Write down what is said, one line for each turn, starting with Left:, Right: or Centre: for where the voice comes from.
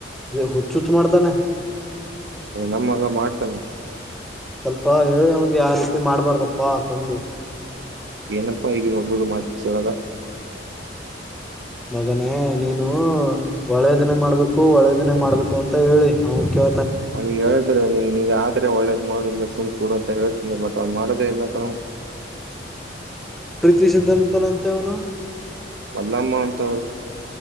Centre: ಹುಚ್ಚುಚ್ಚ ಮಾಡ್ತಾನೆ
Right: ಹ ನಮ್ಮ ಮಗ ಮಾಡ್ತಾನೆ
Centre: ಸ್ವಲ್ಪ ಹೇಳಿ ಅವಂಗೆ ಯಾವ ರೀತಿ ಮಾಡ್ಬಾರ್ದಪ್ಪಾ ತಂದು
Right: ಏನಪ್ಪ ಈಗಿನ ಒಬ್ರು ಮಾತಿಸಳಲ್ಲ
Centre: ಮಗನೇ ನೀನು ಒಳ್ಳೇದಿನೇ ಮಾಡ್ಬೇಕು ಒಳ್ಳೆದಿನೇ ಮಾಡ್ಬೇಕು ಅಂತ ಹೇಳಿ ಅವ ಕ್ಯವ
Right: ಹಗ ಹೇಳ್ತರ ನೀಗ ್ರೆ ಒಳ್ಳೇದ್ ಮಾಡಿ ಸುಮ್ ಕೂಡಂತ ಹೇಳೇತನ ಬಟ್ ಅವ್ ಮಾಡೋದೇ ಇಲ್ಲ ಕಣ
Centre: ತಿಸಿದ್ದಂತನಂತೆವನು
Right: ಮಲ್ಲಮ್ಮ ಅಂತಾ